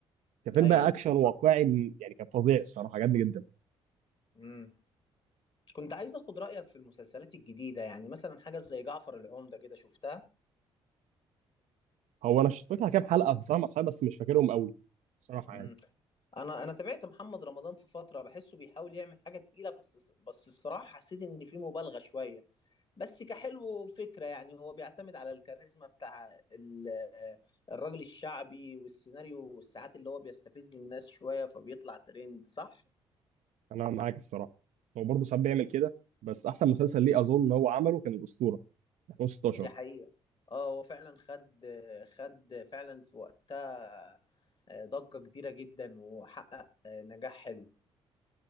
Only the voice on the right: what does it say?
كان فيلم
بقى اكشن
واقعي من- يعني كان فظيع الصراحه عجبني جدا
هو انا شفت لها كام حلقه بصراحه مع أصحابي، بس مش فاكرهم قوي صراحه
يعني
انا معاك الصراحه هو برضه ساعات بيعمل كده بس احسن مسلسل ليه اظن ان هو عمله كان الاسطوره 2016